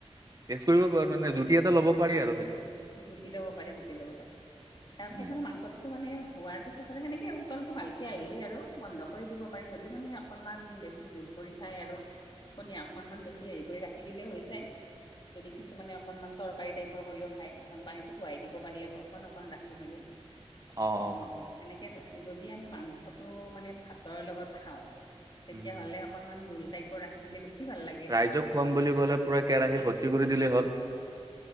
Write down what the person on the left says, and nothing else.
জুতি ল'ব পাৰি জুতি ল'ব পাৰি তাৰ পিছত
মানে মাংস টো মানে হোৱাৰ পিছত আৰু সেনেকে উতলটো ভালকে আহিলে আৰু বন্ধ কৰি দিব পাৰি যদি মানে অকনমান বেছি জোল কৰি খাই আৰু পনীয়া অকনমান বেছি হেৰি কৰি ৰাখি দিলে হৈ যায়। যদি কিছুমানে অকনমান তৰকাৰী টাইপৰ কৰিও খায় গন পানীটো শোৱাই দিব পাৰি আৰু অকণ অকণ ৰাখি মেলি
আৰু। সনেকে যদি আমি মাংসটো মানে ভাতৰ লগত খাওঁ। তেতিয়াহ'লে
অক- অকমান জোল টাইপ ৰাখি দিলে বেছি ভাল লাগে।